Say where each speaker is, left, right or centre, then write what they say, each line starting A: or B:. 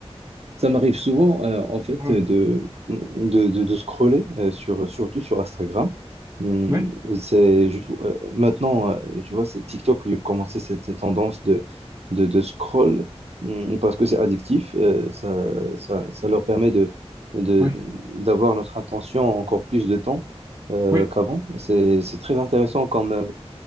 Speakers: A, on the right (about 70°); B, on the right (about 30°).
A: Ça m'arrive souvent, euh, en fait,
B: Ouais.
A: de, de, de, de scroller, euh, sur, surtout sur Instagram. Hum,
B: Oui,
A: c'est, je trouve, euh, maintenant, euh, tu vois, c'est TikTok qui a commencé cette tendance de, de, de scroll, hum, parce que c'est addictif. euh, ça, ça, ça leur permet de, de,
B: oui,
A: d'avoir notre attention encore plus de temps, euh,
B: oui.
A: qu'avant. C'est, c'est très intéressant comme, euh,